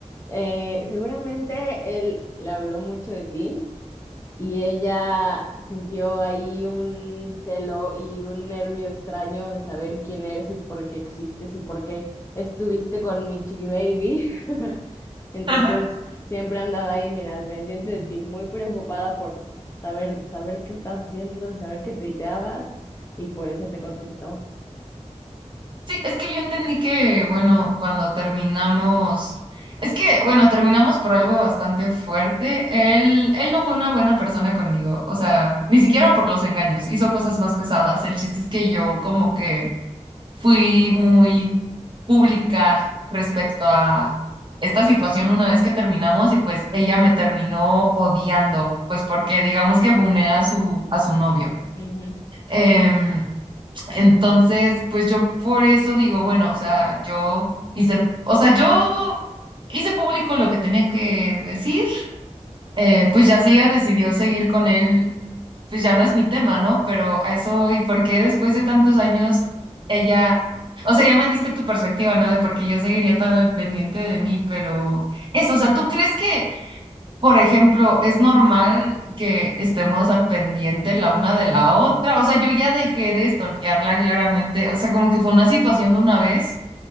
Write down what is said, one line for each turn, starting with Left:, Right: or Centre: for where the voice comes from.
Left: Eh, seguramente él le habló mucho de ti y ella sintió ahí un celo y un nervio extraño de saber quién eres y por qué existes y por qué estuviste con mi chiqui baby. <laughs> Entonces
Right: Ajá.
Left: siempre andaba ahí, mira, al pendiente de ti, muy preocupada por saber, saber qué estabas haciendo y saber qué tuiteabas y por eso te contestó.
Right: Sí, es que yo entendí que, bueno, cuando terminamos, es que, bueno, terminamos por algo bastante fuerte. Él, él no fue una buena persona conmigo, o sea, ni siquiera por los engaños, hizo cosas más pesadas. El chiste es que yo como que fui muy pública respecto a esta situación una vez que terminamos y pues ella me terminó odiando, pues porque digamos que funé a su, a su novio.
Left: Ujú.
Right: Em, entonces, pues yo por eso digo, bueno, o sea, yo hice, o sea, yo hice público lo que tenía que decir, eh, pues ya si ella decidió seguir con él pues ya no es mi tema, ¿no? Pero a eso voy, porque después de tantos años ella, o sea, ya me diste tu perspectiva, ¿no? De por qué yo seguiría tan al pendiente de mí, pero eso, o sea, ¿tú crees que, por ejemplo, es normal que estemos al pendiente la una de la otra? O sea, yo ya dejé de stalkearla claramente, o sea, como que fue una situación de una vez.